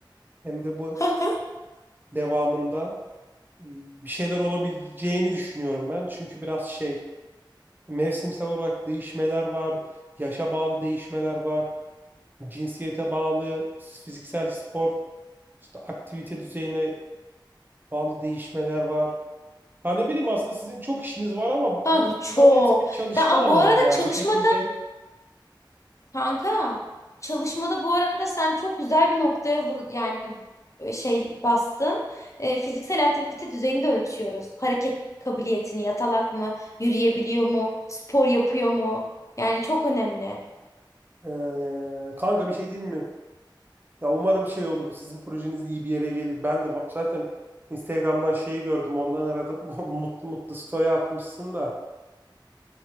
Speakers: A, on the right (about 25°); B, on the left (about 40°).
A: hem de bu
B: <laughs>
A: devamında e, bir şeyler olabileceğini düşünüyorum ben. Çünkü biraz şey mevsimsel olarak değişmeler var, yaşa bağlı değişmeler var, cinsiyete bağlı, fiziksel spor, işte aktivite düzeyine bağlı değişmeler var. Ha ne bileyim aslında sizin çok işiniz var ama bu,
B: Kanka
A: bu-
B: çok.
A: bunların hepsi bir çalışma
B: Ben a,
A: alanı
B: bu arada
A: yani
B: çalışma
A: bu şekilde.
B: Kanka çalışmada bu arada sen çok güzel bir noktaya vur yani e, şey bastın. E, fiziksel aktivite düzeyini de ölçüyoruz. Hareket kabiliyetini yatalak mı, yürüyebiliyor mu, spor yapıyor mu? Yani çok önemli.
A: Ee, kanka bir şey diyeyim mi? Ya umarım şey olur. Sizin projeniz iyi bir yere gelir. Ben de va- zaten Instagram'dan şeyi gördüm. Ondan aradım. <laughs> Mutlu mutlu story atmışsın da.